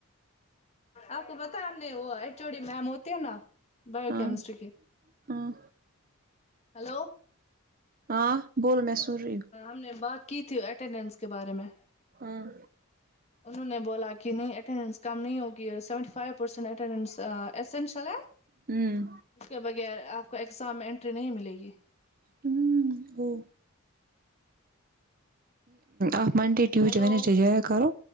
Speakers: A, on the left; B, on the right.
A: آپ کو پتا ہے ہم نے وہ ایچ او ڈی میم ہوتی ہے نا بایو
B: ہاں
A: کیمسٹری کے
B: ہاں
A: ہلو
B: ہاں بولو میں سن رہی ہوں
A: ہم نے بات کی تھی اٹینڈنس کے بارے میں
B: ہمم
A: انہوں نے بولا کہ نہیں اٹینڈنس کم نہیں ہوگی seventy five percent attendance essential ہے
B: ہوں
A: اس کے بغیر آپ کو اگزام میں انٹری نہیں ملے گی
B: ہمم گو آپ منڈے ٹوسڈے
A: ہیلو
B: وینسڈے جایا کرو